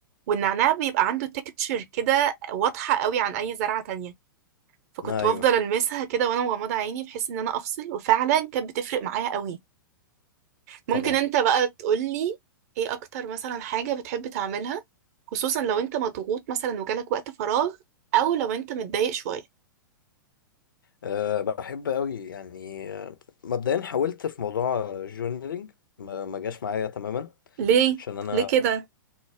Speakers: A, on the right; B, on the left.
A: والنعناع بيبقى عنده تكتشر كده واضحة قوي عن اي زرعة تانية فكنت
B: آه ايوه
A: بفضل المسها كده وانا مغمضه عيني بحيث ان انا افصل وفعلا كانت بتفرق معايا قوي ممكن
B: طبعا
A: انت بقى تقولي ايه اكتر مثلا حاجه بتحب تعملها خصوصا لو انت مضغوط مثلا وجالك وقت فراغ او لو انت متضايق شويه
B: أه بحب قوي يعني آه، مبدئيا حاولت في موضوع الجورنالينج ما ما جاش معايا تماما
A: ليه
B: عشان انا
A: ليه كده